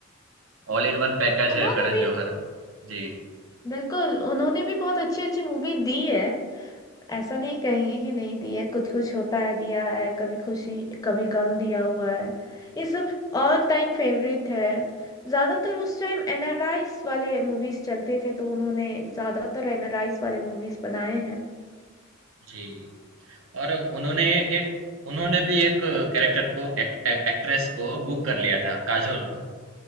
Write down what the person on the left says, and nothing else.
उन्होंने
भी
बिल्कुल उन्होंने भी बहुत अच्छी अच्छी मूवी दी है ऐसा नहीं कहेंगे कि नहीं दिया है कुछ कुछ होता है दिया है कभी खुशी कभी गम दिया हुआ है
ये सब ऑल टाइम फेवरेट है ज्यादातर उस टाइम एनआरआईस वाले मूवीज चलते थे तो उन्होंने ज्यादातर एनआरआईस वाले मूवीज बनाए हैं